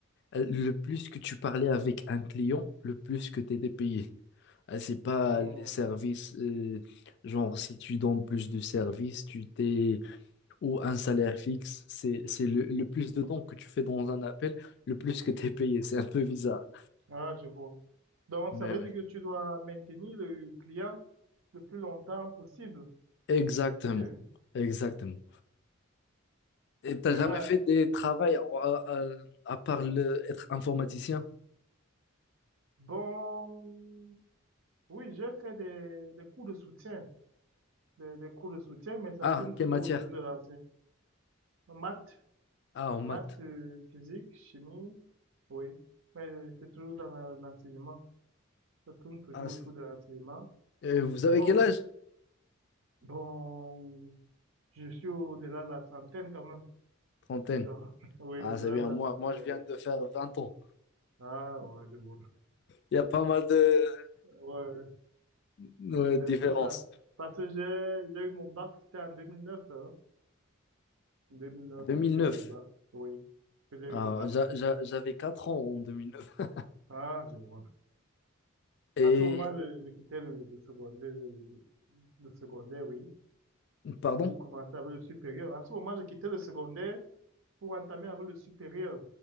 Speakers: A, on the left; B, on the right.
A: euh, le plus que tu parlais avec un client, le plus que tu étais payé. Euh, C'est pas
B: Hum,
A: les services, euh, genre si tu donnes plus de services, tu t'es ou un salaire fixe, c'est c'est le, le plus de temps que tu fais dans un appel, le plus que tu es payé. C'est un peu bizarre.
B: Ah, je vois. Donc,
A: Mais
B: ça veut
A: ouais.
B: dire que tu dois maintenir le client le plus longtemps possible.
A: Exactement,
B: Ou bien.
A: exactement. Et t'as
B: Mais
A: jamais
B: là,
A: fait des travails euh, euh, à part le, être informaticien?
B: bon, oui, j'ai fait des, des cours de soutien, des, des cours de soutien, mais ça
A: Ah,
B: tourne toujours
A: quelle matière?
B: autour de la la maths,
A: Ah, en maths.
B: maths, euh, physique, chimie, oui. Mais c'est toujours dans la- l'enseignement. Ça tourne toujours
A: Ah, c'est-
B: autour de l'enseignement.
A: euh, vous avez
B: Bon,
A: quel âge?
B: bon, je suis au-delà de la trentaine quand même.
A: Trentaine.
B: Donc, <laughs> oui,
A: Ah,
B: au-delà
A: c'est bien.
B: de la
A: Moi,
B: trentaine,
A: moi, je viens
B: ouais.
A: de faire vingt ans.
B: Ah, ouais, je vois.
A: Il y a pas mal de,
B: Ouais,
A: de différences.
B: c'est un peu ça. Parce que j'ai, j'ai eu mon bac, c'était en 2009, hein. deux mille neuf
A: deux mille
B: que j'ai
A: neuf.
B: eu le bac. Oui, que j'ai eu
A: Ah,
B: le bac.
A: j'a- j'a- j'avais quatre ans en deux mille neuf.
B: Ah, je vois.
A: Et,
B: En ce moment, je, je quittais le, le secondaire, le, le- le secondaire, oui,
A: pardon?
B: pour commencer avec le supérieur. En ce moment, je quittais le secondaire pour entamer avec le supérieur,